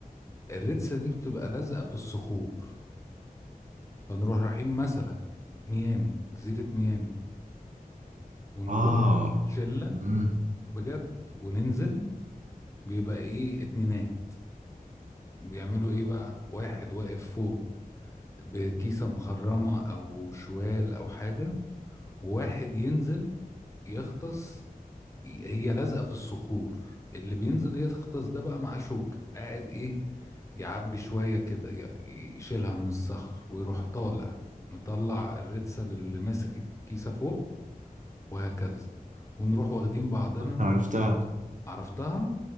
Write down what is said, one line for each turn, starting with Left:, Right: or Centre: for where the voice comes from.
Left: الريتسا دي بتبقى لازقة في الصخور فنروح رايحين مثلا ميامي جزيرة ميامي ونروح
Right: اه
Left: شلة
Right: مم.
Left: بجد وننزل بيبقى ايه اتنينات بيعملوا ايه بقى واحد واقف فوق بكيسة مخرمة او شوال او حاجة وواحد ينزل يغطس هي لازقة في الصخور اللي بينزل يغطس ده بقى معاه شوكة قاعد ايه يعبي شوية كده ي- يشيلها من الصخر ويروح طالع مطلع الريتسل اللي ماسك الكيسة فوق وهكذا ونروح واخدين بعضنا
Right: عرفتها
Left: عرفتها